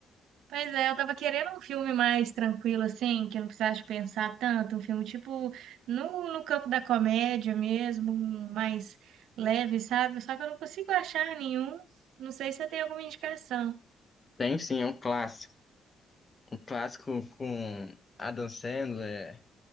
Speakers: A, on the right (about 85°); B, on the left (about 25°).
A: Pois é, eu tava querendo um filme mais tranquilo, assim, que eu não precisasse pensar tanto. Um filme tipo no, no campo da comédia mesmo, um mais leve, sabe? Só que eu não consigo achar nenhum. Não sei se você tem alguma indicação.
B: Tem sim, é um clássico. Um clássico com Adam Sandler